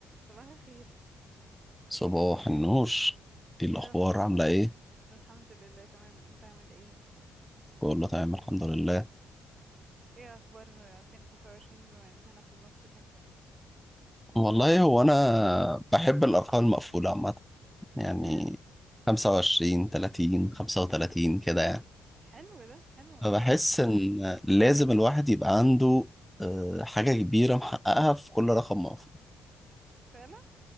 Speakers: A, on the right (about 40°); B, in the centre.
A: صباح الخير
B: صباح النور ايه الاخبار
A: ايه الاخبار
B: عامله
A: <laughs>
B: ايه
A: الحمد لله تمام انت عامل ايه
B: بقول له تمام الحمد لله
A: ايه اخبار 2025 بما اننا في النص كده قبل
B: والله
A: ما نبدأ
B: هو انا بحب الارقام المقفوله عامه يعني
A: <laughs>
B: 25 30 35 كده يعني
A: حلو ده حلو احنا
B: فبحس ان لازم الواحد يبقى عنده آه، حاجه كبيره محققها في كل رقم مقفول
A: فعلا